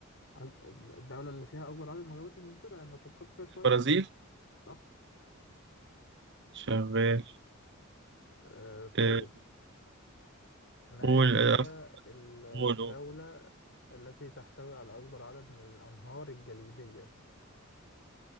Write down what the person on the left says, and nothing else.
أج- الدولة اللي فيها أكبر عدد من الغابات الممطرة يعني لو فكرت فيها شوية
ه- صح
آه طيب
ما
هي
الدولة
التي تحتوي على أكبر عدد من الأنهار الجليدية؟